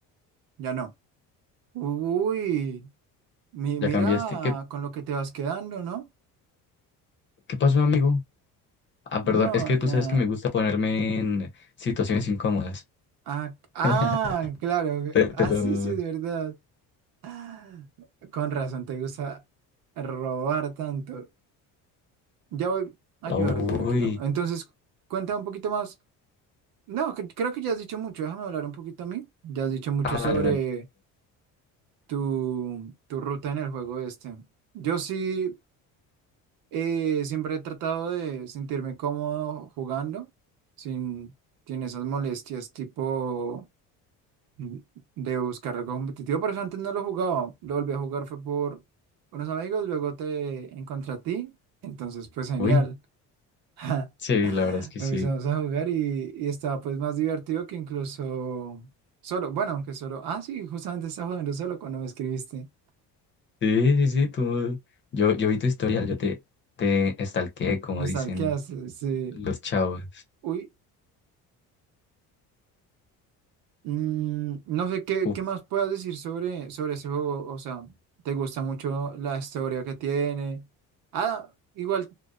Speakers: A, on the right (about 75°); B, on the left (about 35°).
A: ya no. Uy. Mi-
B: ya
A: mira
B: cambiaste. ¿Qué,
A: con lo que te vas quedando, ¿no?
B: qué pasó, amigo? Ah, perdón,
A: No,
B: es que tú
A: nada.
B: sabes que me gusta ponerme en situaciones incómodas.
A: Ah, ah,
B: <laughs>
A: claro.
B: Te, te
A: Ah,
B: lo...
A: sí, sí, es verdad. Ah, Con razón, te gusta robar tanto. Ya voy a ayudarte,
B: Uy.
A: tranquilo. Entonces, cuenta un poquito más. No, cre- creo que ya has dicho mucho. Déjame hablar un poquito a mí. Ya has dicho mucho
B: Ah,
A: sobre
B: dale, dale.
A: tu, tu ruta en el juego este. Yo sí. Eh, siempre he tratado de sentirme cómodo jugando, sin, sin esas molestias tipo mm, de buscar algo competitivo. Por eso antes no lo jugaba, lo volví a jugar fue por unos amigos, luego te encontré a ti, entonces pues genial.
B: Uy,
A: <laughs>
B: sí, la verdad es que
A: Empezamos
B: sí.
A: a jugar y, y estaba pues más divertido que incluso solo, bueno, aunque solo, ah sí, justamente estaba jugando solo cuando me escribiste,
B: Sí, sí, sí, tú... Yo, yo vi tu historial, yo te, te estalqué, como
A: me
B: dicen
A: stalkeaste, sí.
B: los chavos.
A: Uy, Mm, no sé qué,
B: Uf,
A: qué más puedas decir sobre, sobre ese juego. O sea, ¿te gusta mucho la historia que tiene? Ah, igual